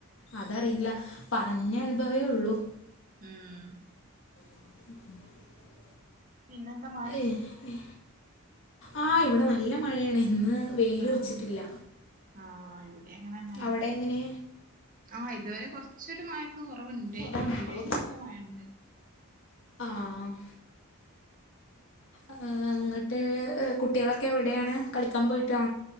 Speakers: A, on the left (about 60°); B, on the right (about 40°).
A: അതറിയില്ല പറഞ്ഞ അനുഭവേ ഉള്ളൂ
B: ഉം
A: ഉ ഉം
B: പിന്നെ എന്താ മാ
A: ഏ ഏ ആഹ് ഇവിടെ നല്ല മഴയാണ് ഇന്ന് വെയിലറിച്ചിട്ടില്ല
B: ആഹ് ആഹ് ഇവിടെ അങ്ങനെന്നെ
A: അവിടെ എങ്ങനെ
B: ആഹ് ഇതുവരെ കുറച്ചൊരു മഴക്ക് കുറവുണ്ടേനി
A: കുറവുണ്ടേനു
B: ഇപ്പോഴും നല്ല മഴണ്ട്
A: ആ ആം ആഹ് എങ്ങട്ട് കുട്ടികളൊക്കെ എവിടെയാണ് കളിക്കാൻ പോയിട്ടാ?